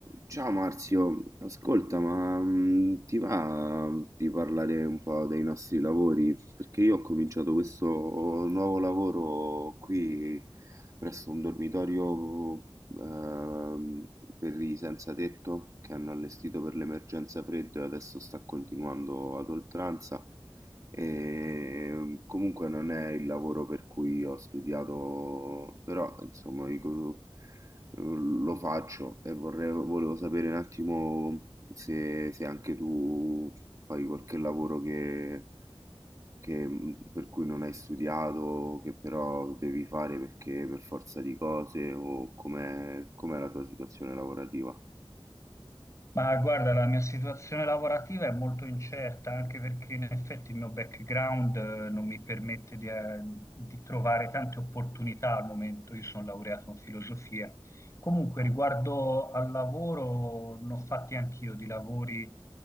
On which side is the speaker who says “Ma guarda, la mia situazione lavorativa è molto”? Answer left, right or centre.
Left